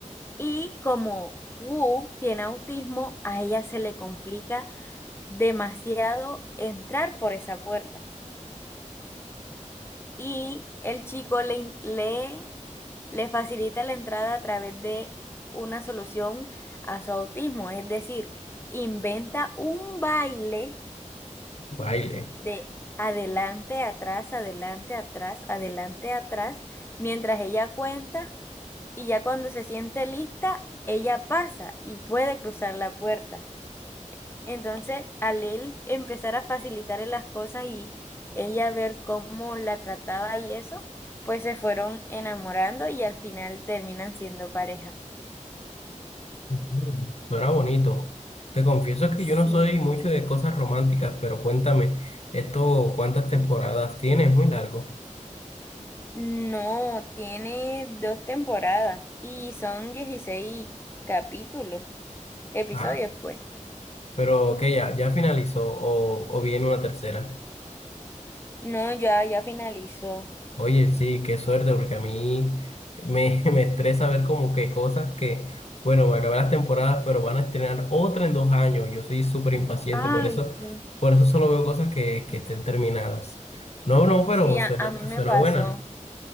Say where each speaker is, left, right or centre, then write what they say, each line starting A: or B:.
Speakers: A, on the left; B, on the left.
A: Y como Wu tiene autismo, a ella se le complica demasiado entrar por esa puerta. Y el chico le, in- le, le facilita la entrada a través de una solución a su autismo. Es decir, inventa un baile
B: Baile.
A: de adelante, atrás, adelante, atrás, adelante, atrás, mientras ella cuenta y ya cuando se siente lista, ella pasa y puede cruzar la puerta. Entonces, al él empezar a facilitarle las cosas y ella ver cómo la trataba y eso, pues se fueron enamorando y al final terminan siendo pareja.
B: Mm, Suena bonito. Te confieso que
A: Sí.
B: yo no soy mucho de cosas románticas, pero cuéntame, ¿esto cuántas temporadas tiene? Es muy largo.
A: No, tiene dos temporadas y son 16 capítulos, episodios,
B: Ah,
A: pues.
B: pero que ya, ya finalizó o, o viene una tercera.
A: No, ya, ya finalizó.
B: Oye, sí, qué suerte, porque a mí me, <laughs> me estresa ver como que cosas que, bueno, me acabé las temporadas, pero van a estrenar otra en dos años. Yo soy súper impaciente,
A: Ay,
B: por eso,
A: sí.
B: por eso solo veo cosas que, que estén terminadas. No, no, pero
A: Sí, a,
B: suena,
A: a mí me
B: suena
A: pasó.
B: buena.